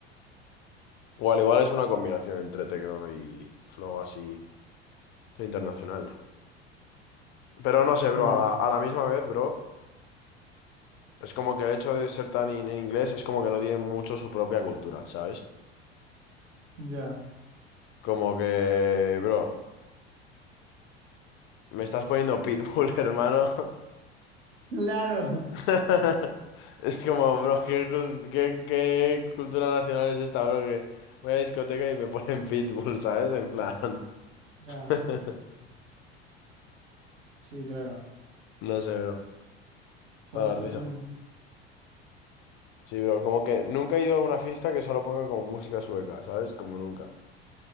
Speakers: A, on the left; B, on the right.
A: Igual, igual es una combinación entre techno y flow así internacional. Pero no sé, bro,
B: ya,
A: a la, a la misma vez, bro, es como que el hecho de ser tan in- en inglés es como que no tiene mucho su propia cultura, ¿sabes?
B: ya.
A: Como que, bro, me estás poniendo Pitbull, <laughs> hermano.
B: ¡Claro!
A: <laughs> Es como, bro, ¿qué, cul- qué- qué cultura nacional es esta, bro? Que voy a la discoteca y me ponen Pitbull, ¿sabes? En plan.
B: Ya,
A: <laughs>
B: sí, claro.
A: No sé, bro. Para
B: Joder,
A: la
B: todo
A: risa.
B: chungo.
A: Sí, bro, como que nunca he ido a una fiesta que solo ponga como música sueca, ¿sabes? Como nunca.